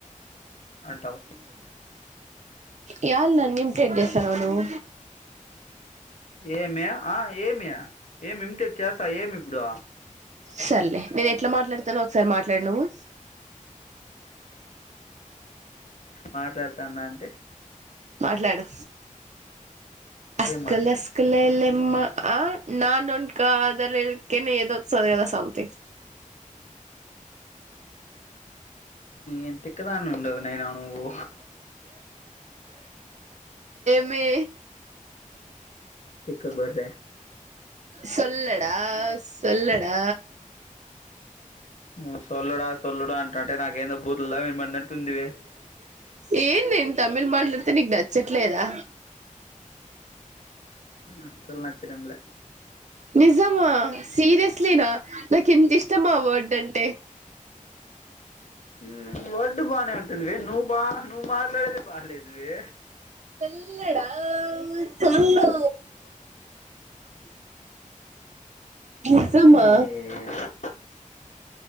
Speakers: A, on the left (about 60°); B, on the right (about 60°).
A: అంటావ్
B: యాల్ నన్ ఇమిటేట్ చేస్తాన్నవా నువు
A: ఏమి ఆ ఏమి ఏం ఇమిటేట్ చేస్తా ఏం ఇప్పుడు
B: సర్లే నేనెట్ల మాట్లాడ్తనో ఒక్సార్ మాట్లాడ్ నువ్వు
A: మాట్లాడ్తాన్న అంటే
B: మాట్లాడు అస్కలస్కలే
A: ఏం మాట్లాడు
B: లేమ్మా ఆ నాన్ వంక కాదలే కనే ఏదో వస్తది కదా సమ్థింగ్
A: మ్ తిక్కదాన్ ఉండవు నేను నువ్వు
B: మే
A: తిక్కబర్రే
B: సొల్లడా సొల్లడా
A: నువు సొల్లుడా సొల్లుడా అంటంటే నాకేందో బూతుల్ల వినబడేనట్టుంది.
B: ఏ నేన్ తమిళ్ మాట్లాడ్తే నీక్ నచ్చట్లేదా
A: అస్సల్ నచ్చడంలే
B: నిజమా, సీరియస్లీనా నాకెంతిష్టం ఆ వర్డ్ అంటే
A: మ్ వర్డ్ బానే ఉంటుందివి నువ్ బా నువ్వు మాట్లాడేదే బాలేదువి
B: సొల్లుడా సొల్లు నిజమా
A: ఏ